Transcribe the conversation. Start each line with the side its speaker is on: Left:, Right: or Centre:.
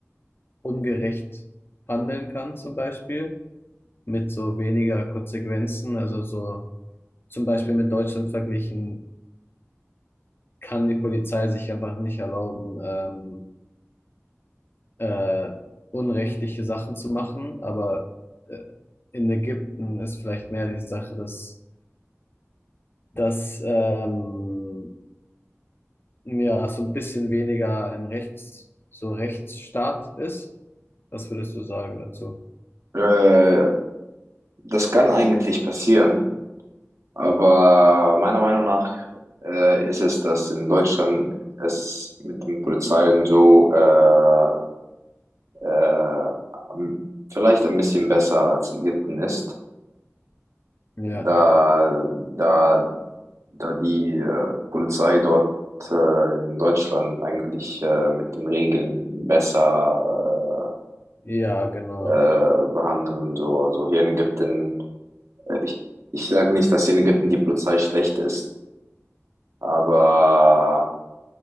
Left: ungerecht handeln kann, zum Beispiel mit so weniger Konsequenzen? Also so zum Beispiel mit Deutschland verglichen, kann die Polizei sich einfach nicht erlauben, ähm, äh, unrechtliche Sachen zu machen, aber äh, in Ägypten ist vielleicht mehr die Sache, dass dass ähm, ja, so ein bisschen weniger ein Rechts, so Rechtsstaat ist. Was würdest du sagen dazu?
Right: Äh, das kann eigentlich passieren, aber meiner Meinung nach äh, ist es, dass in Deutschland es mit den Polizeien so äh, äh, am- vielleicht ein bisschen besser als Ägypten ist,
Left: Ja,
Right: da, da, da die äh, Polizei dort äh, in Deutschland eigentlich äh, mit den Regeln besser
Left: ja, genau.
Right: äh, äh, behandeln und so. Also hier in Ägypten, äh, ich, ich sage nicht, dass hier in Ägypten die Polizei schlecht ist, aber